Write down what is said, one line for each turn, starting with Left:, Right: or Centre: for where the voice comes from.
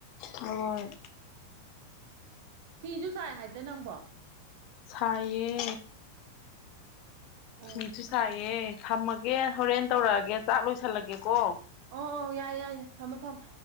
Left: ꯍꯣꯏ
Right: ꯐꯤꯁꯨ ꯁꯥꯏ ꯍꯥꯏꯗ ꯅꯪꯕꯣ
Left: ꯁꯥꯏꯌꯦ
Right: ꯑꯧ
Left: ꯃꯤꯁꯨ ꯁꯥꯏꯌꯦ ꯊꯝꯃꯒꯦ ꯍꯣꯔꯦꯟ ꯇꯧꯔꯛꯑꯒꯦ ꯆꯥꯛ ꯂꯣꯏꯁꯜꯂꯒꯦꯀꯣ
Right: ꯑꯣ ꯑꯣ ꯌꯥꯏ ꯌꯥꯏ ꯌꯥꯏ ꯊꯝꯃꯣ ꯊꯝꯃꯣ